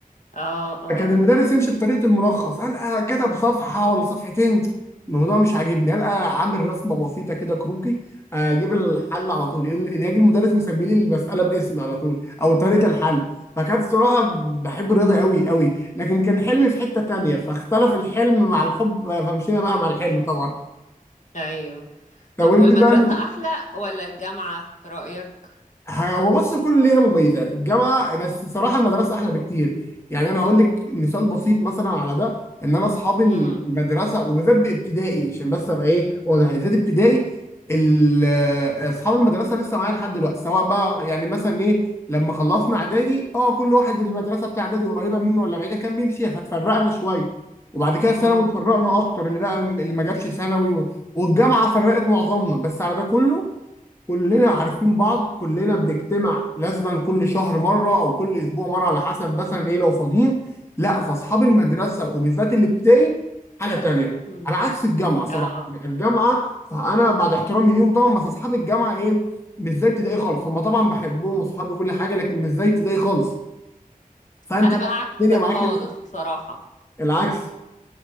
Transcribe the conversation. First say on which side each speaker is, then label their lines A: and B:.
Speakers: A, on the left; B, on the left.
A: اه اه
B: كان المدرس يمشي بطريقه الملخص قال آه، كتب صفحه ولا صفحتين الموضوع مش عاجبني قال آه، عامل رسمه بسيطه كده كروكي اجيب الحل على طول يجي المدرس مسمي لي المساله باسمي على طول او طريقه الحل فكانت الصراحه بحب الرياضه قوي قوي لكن كان حلمي في حته تانيه فاختلف الحلم مع الحب فمشينا بقى مع الحلم طبعا
A: ايوه
B: طب
A: طب
B: انت
A: والمدرسة
B: بقى
A: احلى ولا الجامعة في رأيك
B: هو بص كل ليها مميزات الجامعه بس صراحه المدرسه احلى بكتير يعني انا هقول لك مثال بسيط مثلا على ده ان انا اصحابي
A: امم
B: المدرسه وبالذات بابتدائي عشان بس ابقى ايه واضح بالذات ابتدائي ال- اصحاب المدرسه لسه معايا لحد دلوقتي سواء بقى يعني مثلا ايه لما خلصنا اعدادي اه كل واحد المدرسه بتاع اعدادي قريبه منه ولا بعيده كان بيمشيها فتفرقنا شويه وبعد كده ثانوي
A: امم
B: اتفرقنا اكتر اللي بقى اللي ما جابش ثانوي والجامعه فرقت معظمنا بس على ده كله كلنا
A: امم
B: عارفين بعض كلنا بنجتمع لازما كل شهر مره او كل اسبوع مره على حسب مثلا ايه لو فاضيين لا فاصحاب المدرسه
A: امم
B: وبالذات الابتدائي حاجه تانيه
A: امم
B: على عكس الجامعه صراحه
A: اه
B: يعني الجامعه فانا بعد احترامي ليهم طبعا بس اصحاب الجامعه ايه مش زي ابتدائي خالص هم طبعا بحبهم واصحابي كل حاجه لكن مش زي ابتدائي خالص فانت
A: انا بقى
B: بقى
A: عكسك
B: الدنيا معاكي
A: خالص بصراحة
B: العكس